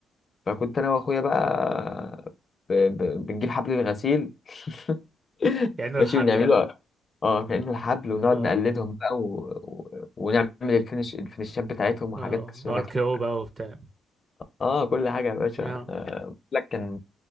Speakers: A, on the left (about 35°); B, on the right (about 35°).
A: فكنت انا واخويا بقى ب... ب... بنجيب حبل الغسيل <laughs>
B: كأنه الحبل
A: ماشي ونعمله
B: بقى
A: اه كأنه الحبل ونقعد
B: اه
A: نقلدهم بقى و... و... ونعمل الفينش الفينشات بتاعتهم وحاجات
B: اه
A: شبه
B: ار
A: كده
B: كي او بقى وبتاع
A: اه كل حاجه يا باشا
B: اه
A: آه بقول لك كان